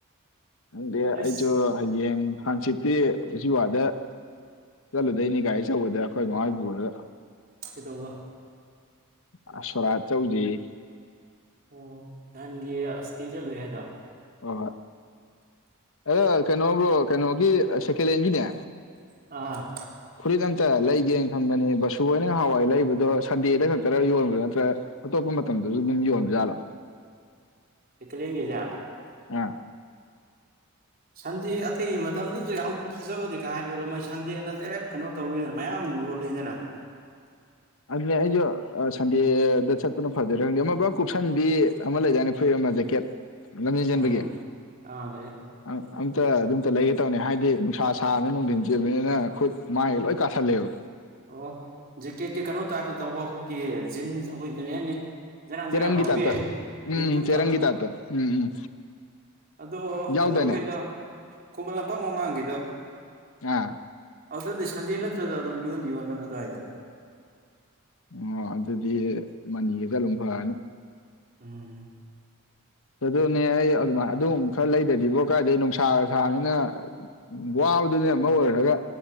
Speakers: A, on the left; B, on the right.
A: ꯈꯪꯗꯦ
B: ꯑꯩꯁ
A: ꯑꯩꯖꯨ ꯍꯌꯦꯡ ꯍꯪꯆꯤꯠꯇꯤ ꯎꯆꯤꯋꯥꯗ ꯆꯠꯂꯨꯗꯩꯅꯦ ꯒꯥꯔꯤ ꯆꯧꯕꯗ ꯑꯩꯈꯣꯏ ꯃꯥꯍꯣꯏ ꯄꯨꯔꯒ
B: ꯀꯩꯗꯧꯕ
A: ꯑꯥ ꯁꯣꯔꯥꯠ ꯆꯧꯖꯦꯌꯦ
B: ꯑꯣ ꯅꯍꯥꯟꯒꯤ ꯑꯁꯇꯤ ꯆꯠꯂꯨꯏ ꯍꯥꯏꯗꯣ
A: ꯍꯣ ꯍꯣꯏ ꯑ ꯀꯩꯅꯣ ꯕ꯭ꯔꯣ ꯀꯩꯅꯣꯒꯤ ꯁꯦꯀꯦꯂꯦꯟꯒꯤꯅꯦ
B: ꯑꯥ
A: ꯐꯨꯔꯤꯠ ꯑꯝꯇ ꯂꯩꯒꯦ ꯈꯟꯕꯅꯦ ꯕꯁꯨꯍꯣꯏꯅ ꯉꯍꯥꯟꯋꯥꯏ ꯂꯩꯕꯗꯣ ꯁꯟꯗꯦꯗ ꯈꯛꯇꯔ ꯌꯣꯟꯕ꯭ ꯅꯠꯇ꯭ꯔ ꯑꯇꯣꯞꯄ ꯃꯇꯝꯗꯖꯨ ꯑꯗꯨꯝ ꯌꯣꯟꯕꯖꯥꯠꯂꯣ
B: ꯑꯦꯀꯂꯦꯒꯤꯖꯦ
A: ꯑꯥ
B: ꯁꯟꯗꯦ ꯑꯇꯩꯒꯤ ꯃꯇꯝꯗꯗꯤ ꯌꯥꯝ ꯐꯖꯕꯗꯤ ꯀꯥꯍꯦꯟ ꯌꯣꯜꯂꯝꯃꯣꯏ ꯁꯟꯗꯦꯅ ꯗꯥꯏꯔꯦꯛ ꯀꯅꯣ ꯇꯧꯏꯗꯅ ꯃꯌꯥꯝ ꯌꯣꯜꯂꯤꯗꯅ
A: ꯑꯗꯨꯅꯦ ꯑꯩꯖꯨ ꯑ ꯁꯟꯗꯦꯗ ꯆꯠꯄꯅ ꯐꯗꯣꯏꯔ ꯈꯪꯗꯦ ꯑꯃ ꯄꯨꯔꯞ ꯀꯨꯞꯁꯟꯕꯤ ꯑꯃ ꯂꯩꯗꯥꯏꯅꯦ ꯐꯨꯔꯤꯠ ꯑꯃ ꯖꯦꯀꯦꯠ ꯂꯝꯖꯦꯟ ꯆꯦꯟꯕꯒꯤ
B: ꯎꯝ ꯑꯥ ꯂꯩ
A: ꯑꯝ-ꯑꯝꯇ ꯑꯗꯨꯝꯇ ꯂꯩꯒꯦ ꯇꯧꯅꯦ ꯍꯥꯏꯗꯤ ꯅꯨꯡꯁꯥ ꯁꯥꯕꯅꯤꯅ ꯅꯨꯡꯗꯤꯟ ꯆꯦꯕꯅꯤꯅ ꯈꯨꯠ ꯃꯥꯏꯒ ꯂꯣꯏ ꯀꯥꯁꯜꯂꯦꯕ
B: ꯑꯣ ꯖꯦꯀꯦꯠꯀꯤ ꯀꯩꯅꯣ ꯇꯥꯏꯞꯇ ꯇꯧꯕ ꯑꯩꯈꯣꯏꯒꯤ ꯖꯤꯟꯁ ꯑꯩꯈꯣꯏ ꯀꯔꯤ ꯍꯥꯏꯅꯤ ꯖꯔꯥꯟ
A: ꯆꯦꯔꯪꯒꯤ
B: ꯖꯔꯥꯟ ꯂꯥꯎꯕꯤ
A: ꯇꯥꯏꯞꯇ ꯎꯝ
B: ꯋꯤꯟꯄ꯭ꯔꯨꯞꯇꯣ
A: ꯆꯦꯔꯪꯒꯤ ꯇꯥꯏꯞꯇ ꯎꯝ ꯎꯝ
B: ꯑꯗꯣ
A: ꯌꯥꯎꯗꯥꯏꯅꯦ
B: ꯀꯩꯅꯣꯒꯤꯗꯣ ꯈꯨꯃꯟ ꯂꯝꯄꯥꯛ ꯃꯃꯥꯡꯒꯤꯗꯣ
A: ꯑꯥ
B: ꯑꯗꯨꯗꯤ ꯁꯟꯗꯦ ꯅꯠꯇ꯭ꯔꯒ ꯑꯗꯨꯝ ꯌꯣꯟꯗꯤ ꯌꯣꯟꯕꯅꯦ ꯑꯗꯨꯋꯥꯏꯗꯣ
A: ꯑꯣ ꯑꯗꯨꯗꯤ ꯃꯅꯤꯒ ꯆꯠꯂꯨꯝ ꯐꯔꯅꯤ
B: ꯎꯝ
A: ꯑꯗꯨꯅꯦ ꯑꯩ ꯑꯗꯨꯃꯥꯏ ꯑꯗꯨꯝ ꯈꯔ ꯂꯩꯗꯗꯤꯕꯣ ꯀꯥꯏꯗꯩ ꯅꯨꯡꯁꯥꯒ ꯁꯥꯥꯝꯅꯤꯅ ꯋꯥꯕꯗꯨꯅꯦ ꯑꯃ ꯑꯣꯏꯔꯒ